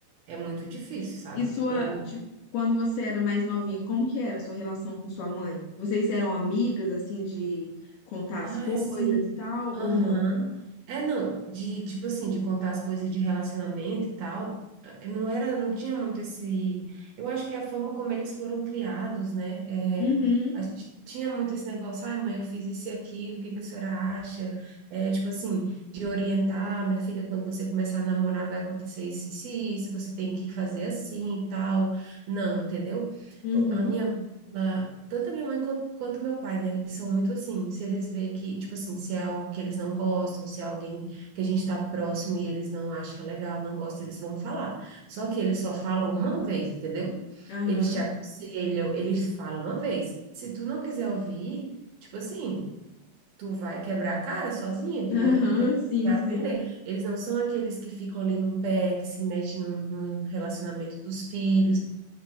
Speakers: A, on the right (about 60°); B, on the left (about 60°).
A: é muito difícil, sabe?
B: E sua,
A: Ou
B: tipo, quando você era mais novinha, como que era a sua relação com sua mãe? Vocês eram amigas, assim, de contar
A: Ah,
B: as coisas
A: sim.
B: e tal,
A: Aham.
B: ou não?
A: É, não, de, tipo assim, de contar as coisas de relacionamento e tal, eh, não era, não tinha muito esse, eu acho que é a forma como eles foram criados, né, é,
B: Uhum,
A: a gente não tinha muito esse negócio, ai mãe, eu fiz isso e aquilo, o que que a senhora acha? É, tipo assim, de orientar, minha filha, quando você começar a namorar vai acontecer isso, isso, e isso, você tem que fazer assim e tal, não, entendeu?
B: uhum,
A: A minha ela- tanto a minha mãe co- quanto meu pai, né? Eles são muito assim, se eles vê que, tipo assim, se é algo que eles não gostam, se é alguém que a gente tá próximo e eles não acham legal, não gostam, eles vão falar. Só que eles só falam uma vez, entendeu?
B: aham,
A: Eles te aconselham, eles falam uma vez. Se tu não quiser ouvir, tipo assim, tu vai quebrar a cara sozinha, entendeu?
B: aham,
A: E depois
B: sim,
A: vai
B: sim.
A: aprender. Eles não são aqueles que ficam ali no pé, que se metem no, no relacionamento dos filhos